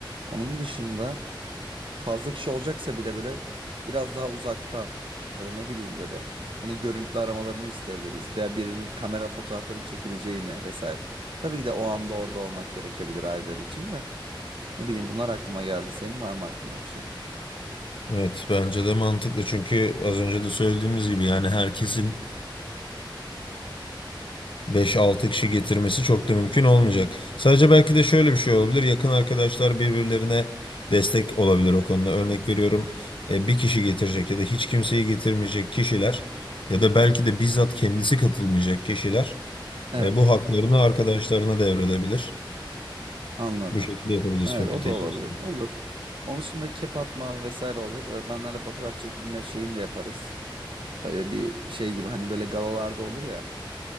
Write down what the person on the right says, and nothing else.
Onun dışında fazla kişi olacaksa bile böyle biraz daha uzaktan ya da ne bileyim böyle hani görüntülü aramalarını isteyebiliriz veya birinin kamera fotoğraflarının çekileceğini vesaire. Tabii ki de o anda orada olmak gerekebilir aileler için de. Ne bileyim bunlar aklıma geldi. Senin var mı aklında bir şey?
Evet,
anladım.
Evet,
o da olabilir.
Olur. Onun dışında kep atma vesaire olacak. Öğretmenlerle fotoğraf çekilme şeyini de yaparız. Öyle bir şey gibi hani böyle galalarda olur ya.